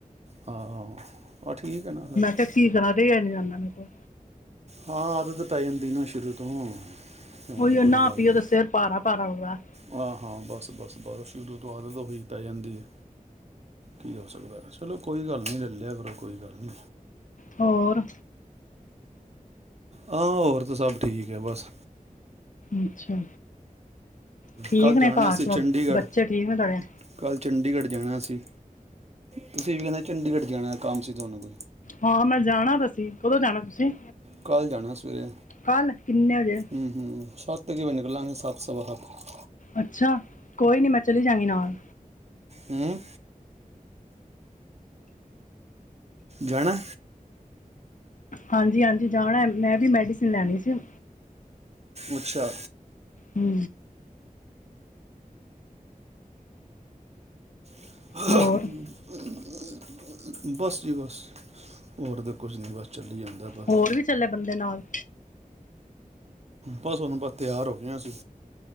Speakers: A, on the right; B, on the left.
A: <unintelligible> <unintelligible>
B: ਫੇਰ ਕੀ ਕਰਾਂ ਰਿਹਾ ਨੀ ਜਾਂਦਾ ਮੇਰੇ ਕੋਲ।
A: ਹਾਂ ਆਦਤ ਪੈ ਜਾਂਦੀ ਨਾ ਸ਼ੁਰੂ ਤੋਂ। ਹੋਰ
B: ਉਹੀਓ
A: ਕੋਈ
B: ਨਾ
A: ਗੱਲ
B: ਪੀਓ
A: ਨੀ,
B: ਤੇ ਸਿਰ ਭਾਰਾ ਭਾਰਾ ਹੁੰਦਾ
A: ਹਾਂ -ਹਾਂ, ਬਸ-ਬਸ- ਬਸ ਸ਼ੁਰੂ ਤੋਂ ਆਦਤ ਹੈ ਹਾਂ ਪੈ ਜਾਂਦੀ ਏ ਕੀ ਹੋ ਸਕਦਾ ਹੈ ਚਲੋ ਕੋਈ ਗੱਲ ਨੀ ਲੈ ਲਿਆ ਕਰੋ ਕੋਈ ਗੱਲ ਨੀ।
B: ਹੋਰ
A: ਹਾਂ ਹੋਰ ਤਾਂ ਸਭ ਠੀਕ ਹੈ ਬਸ।
B: ਅੱਛਾ ਠੀਕ
A: ਕੱਲ੍ਹ
B: ਨੇ
A: ਜਾਣਾ
B: ਘਰ
A: ਸੀ
B: ਸਭ
A: ਚੰਡੀਗੜ੍ਹ,
B: ਬੱਚੇ ਠੀਕ ਨੇ ਤੁਹਾਡੇ
A: ਕੱਲ੍ਹ ਚੰਡੀਗੜ੍ਹ ਜਾਣਾ ਸੀ। ਤੁਸੀਂ ਵੀ ਕਹਿੰਦੇ ਚੰਡੀਗੜ੍ਹ ਜਾਣੈ, ਕੰਮ ਸੀ ਤੁਹਾਨੂੰ ਕੋਈ।
B: ਹਾਂ ਮੈਂ ਜਾਣਾ ਤਾਂ ਸੀਂ ਕਦੋਂ ਜਾਣਾ ਤੁਸੀਂ?
A: ਕੱਲ ਜਾਣਾ ਸਵੇਰੇ,
B: ਕੱਲ ਕਿੰਨੇ ਵਜੇ
A: ਹਮ-ਹਮ ਸਤ ਕਿ ਵਜ ਨਿਕਲਾਂਗੇ ਸਤ-ਸਵਾ- ਸਤ।
B: ਅੱਛਾ, ਕੋਈ ਨੀ ਮੈਂ ਚਲੀ ਜਾਂਗੀ ਨਾਲ।
A: ਹੰ ਜਾਣੈ?
B: ਹਾਂਜੀ-ਹਾਂਜੀ ਜਾਣਾ, ਮੈਂ ਵੀ ਮੈਡੀਸਿਨ ਲੈਣੀ ਸੀ।
A: ਅੱਛਾ
B: ਹੰ
A: <unintelligible>
B: ਹੋਰ
A: ਬਸ ਜੀ ਬਸ, ਹੋਰ ਤਾਂ ਕੁਛ ਨੀ ਬਸ। ਚੱਲੀ ਜਾਂਦਾ ਬਸ
B: ਹੋਰ ਵੀ ਚੱਲੇ ਬੰਦੇ ਨਾਲ?
A: ਬਸ ਹੁਣ ਬਸ ਤਿਆਰ ਹੋ ਗਏ ਆ ਅਸੀਂ,